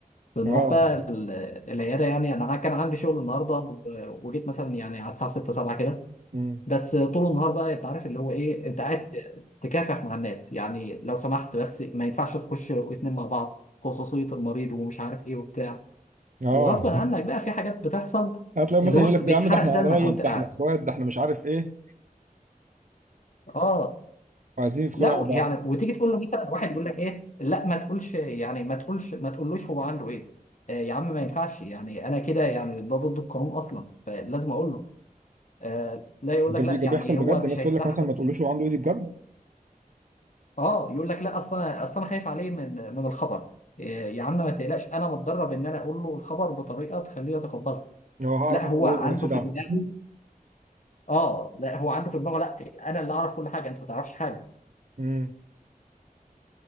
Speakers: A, on the left; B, on the right.
A: بنروح
B: اه
A: بقى ال- العياده يعني انا كان عندي شغل النهارده و- وجيت مثلا يعني على الساعه 6 7 كده
B: امم
A: بس طول النهار بقى انت عارف اللي هو ايه انت قاعد تكافح مع الناس يعني لو سمحت بس ما ينفعش تخش واتنين مع بعض خصوصية المريض ومش عارف ايه وبتاع
B: اه
A: وغصب عنك بقى في حاجات بتحصل
B: هتلاقي
A: اللي
B: مثلا
A: هو
B: يقول لك
A: بيتحرق
B: ده يا عم ده احنا
A: دمك
B: قرايب
A: وانت
B: ده
A: قاعد
B: احنا اخوات ده احنا مش عارف ايه
A: اه
B: وعايزين يدخلوا
A: لا
B: مع بعض
A: يعني وتيجي تقول له مثلا واحد يقول لك ايه لا ما تقولش يعني ما تقولش ما تقولوش هو عنده ايه آه يا عم ما ينفعش يعني انا كده يعني ده ضد القانون اصلا فلازم اقول له آه لا يقول
B: ده
A: لك لا
B: بي- ده
A: يعني
B: بيحصل بجد
A: هو مش
B: الناس
A: هيستحمل
B: تقول لك مثلا ما تقولوش هو عنده ايه دي بجد
A: اه يقول لك لا اصل انا اصل انا خايف عليه من من الخبر إيه يا عم ما تقلقش انا متدرب ان انا اقول له الخبر بطريقه تخليه يتقبلها
B: هو هعرف
A: لا
B: انا
A: هو
B: اقوله
A: عنده
B: له مالكش دعوه
A: في دماغه
B: <laughs>
A: اه لا هو عنده في دماغه لا انا اللي اعرف كل حاجه انت ما تعرفش حاجه
B: امم